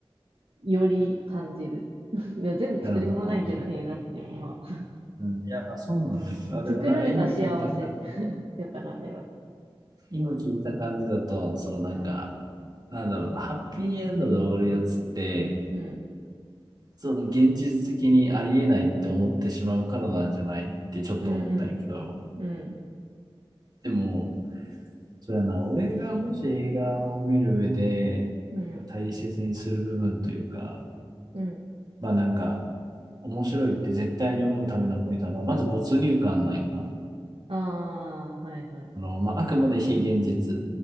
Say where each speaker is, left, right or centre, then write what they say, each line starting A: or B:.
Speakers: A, on the right; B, on the right.
A: より感じる。<laughs> いや、全部作り物ないけど、
B: なるほどな。
A: 映画って。まあ、
B: うん、いや、まあそうなんだけど、
A: うん。
B: あでもなんか今聞いた感じ、
A: 作られた幸せ。だから、あれは。
B: 今聞いた感じだと、そのなんか、
A: うん。
B: なんだろうな、ハッピーエンドで終わるやつって、
A: うん。
B: その現実的にありえないって思ってしまうからなんじゃないってちょっと思ったんやけど、
A: うん。うん。
B: でも、そうやな、俺がもし映画を見る上で
A: うん。
B: 大切にする部分というか、
A: うん。
B: まあなんか、面白いって絶対に思うためのポイントは、まあまず没入感なんよな。あ
A: ああー、はいはい。
B: の、まあ、あくまで非現実。